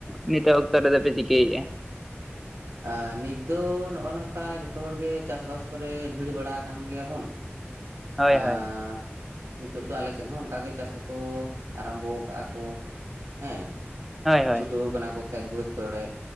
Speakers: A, in the centre; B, on the right.
A: ᱱᱤᱛᱚᱜ ᱚᱠᱛᱚ ᱨᱮᱫᱚ ᱯᱮ ᱪᱤᱠᱟᱹᱭᱮᱫᱼᱟ?
B: ᱟᱨ ᱱᱤᱛ ᱫᱚ ᱱᱚᱜᱼᱚᱭ ᱱᱚᱝᱠᱟ ᱡᱷᱚᱛᱚ ᱦᱚᱲ ᱜᱮ ᱪᱟᱥᱵᱟᱥ ᱠᱚᱨᱮ ᱵᱷᱤᱲ ᱵᱟᱲᱟ ᱟᱠᱟᱱ ᱜᱮᱭᱟ ᱵᱚᱱ ᱾
A: <unintelligible>
B: ᱟᱸᱻ
A: ᱦᱳᱭ
B: ᱱᱤᱛᱚᱜ ᱫᱚ ᱟᱞᱮ ᱥᱮᱫ ᱦᱚᱸ ᱚᱱᱠᱟ ᱜᱮ ᱪᱟᱥ ᱠᱚᱠᱚ ᱟᱨᱟᱢᱵᱚ ᱟᱠᱟᱜᱼᱟ ᱠᱚ ᱦᱮᱸ ᱾
A: ᱦᱳᱭ
B: ᱟᱨ
A: ᱦᱳᱭ
B: ᱪᱷᱩᱴᱟᱹᱣ ᱠᱟᱱᱟ ᱠᱚ ᱠᱷᱮᱛ ᱵᱟᱹᱫᱽ ᱠᱚᱨᱮᱫ ᱦᱮᱸ